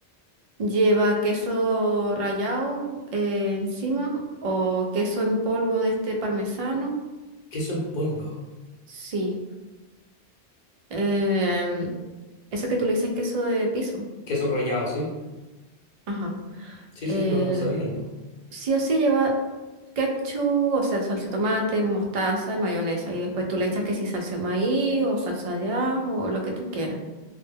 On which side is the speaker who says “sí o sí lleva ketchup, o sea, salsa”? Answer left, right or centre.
Right